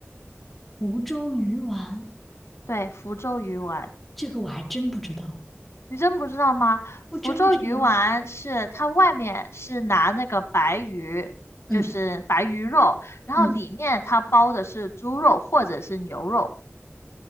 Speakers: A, in the centre; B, on the left (about 70°).
A: 福州鱼丸，
B: 对，福州鱼丸，
A: 这个我还真不知道，
B: 你真不知道吗？
A: 我真不知道。
B: 福州鱼丸是它外面是拿那个白鱼，就是白鱼肉，
A: 嗯
B: 然后里面它包的是猪肉或者是牛肉。
A: 嗯。